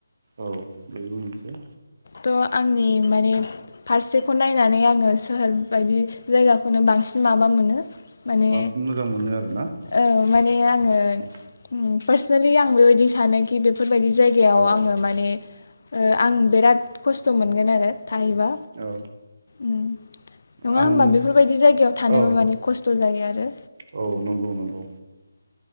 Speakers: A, on the right; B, on the left.
A: औ बेबो मोनसे
B: थ'आंनि माने फारसे बेखौ नायनानै आङो सोहोर बायदि जायगाखौनो बांसिन माबा मोनो। माने
A: बांसिन मोजां मोनो आरोना
B: ओ माने आङो
A: औ
B: उम पारसेनेलि आंबेबायदि सानो <unintelligible> बेफोरबायदि जायगायाव
A: औ
B: आङो माने ओ आं बेराद खस्थ' मोनगोन आरो थाहैबा
A: औ
B: उम नङा
A: आं
B: होमबा बेफोरबायदि जायगायाव थानोबो
A: औ
B: मानि खस्थ' जायो आरो
A: औ नंगौ नंगौ